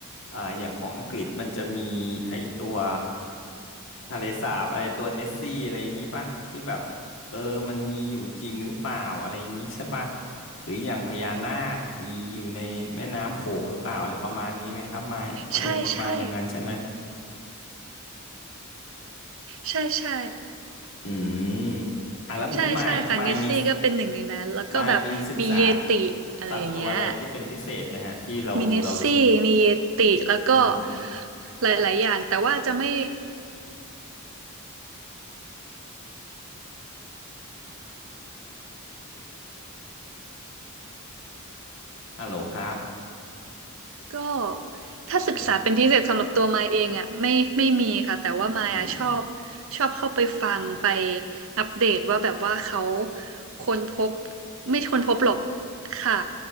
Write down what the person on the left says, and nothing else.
อ่าอย่างของอังกฤษมันจะมีไอตัวทะเลสาบอะไรตัวเนสซี่อะไรอย่างนี้ป่ะที่แบบเออมันมีอยู่จริงหรือเปล่าอะไรอย่างนี้ใช่ป่ะหรืออย่างพญานาคมีอยู่ในแม่น้ำโขงหรือเปล่าอะไรประมาณนี้ไหมครับมายอารมณ์ประมาณอย่างนั้นใช่ไหม
อืมอ่ะแล้วมายมายมี
มายมีศึกษาสัตว์ตัวอะไรที่เป็นพิเศษไหมฮะที่เราเรา
อืม
ฮัลโหลครับ
อืมอืม